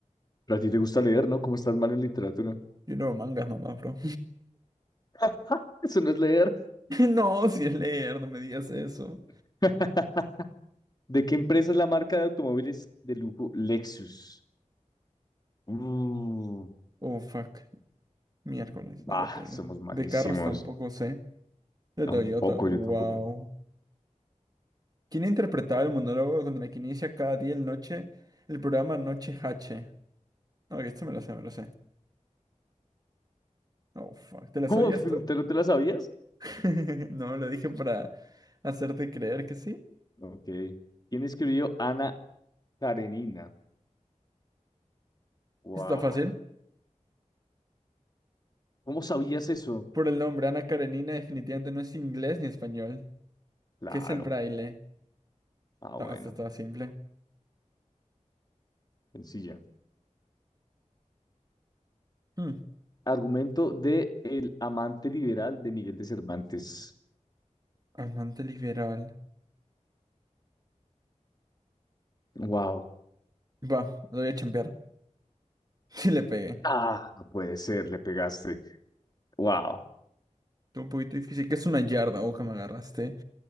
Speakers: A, on the left (about 30°); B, on the right (about 30°).
A: Pero a ti te gusta leer, ¿no? ¿Cómo estás mal en literatura?
B: Yo leo mangas nomás, bro.
A: <laughs> Eso no es leer.
B: <laughs> No, si es leer, no me digas eso.
A: <laughs> ¿De qué empresa es la marca de automóviles de lujo Lexus? Uh,
B: Oh, fuck. Miércoles,
A: bah,
B: no le pegué.
A: somos malísimos.
B: De carros tampoco sé. De
A: Tampoco,
B: Toyota, wow.
A: yo tampoco.
B: ¿Quién interpretaba el monólogo con el que inicia cada día el noche el programa Noche H? No, esto me lo sé, me lo sé. Oh, fuck. ¿Te la
A: ¿Cómo?
B: sabías
A: <laughs>
B: tú?
A: ¿Te, lo- te lo sabías?
B: <laughs> No, lo dije para hacerte creer que sí.
A: Ok. ¿Quién escribió Ana Karenina? Guau.
B: Esto está fácil.
A: ¿Cómo sabías eso?
B: Por el nombre, Ana Karenina definitivamente no es inglés ni español.
A: Claro.
B: ¿Qué es el braille?
A: Ah, bueno.
B: No, esto estaba simple.
A: Sencilla.
B: Hmm.
A: Argumento de El amante liberal de Miguel de Cervantes.
B: Amante liberal.
A: Wow.
B: Va, lo voy a chambear. Sí le pegué.
A: Ah, no puede ser, le pegaste. Wow.
B: Fue un poquito difícil. ¿Qué es una yarda? Ojo, me agarraste.